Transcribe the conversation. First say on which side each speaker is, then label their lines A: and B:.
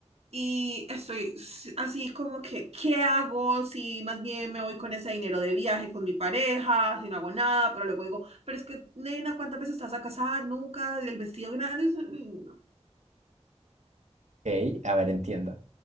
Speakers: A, on the right (about 60°); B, on the right (about 80°).
A: y estoy s- así como que, ¿qué hago? Si más bien me voy con ese dinero de viaje con mi pareja, si no hago nada, pero luego digo, pero es que, nena, ¿cuántas veces estás a casar? Nunca, el vestido grande. es- mm,
B: Ok, a ver, entiendo.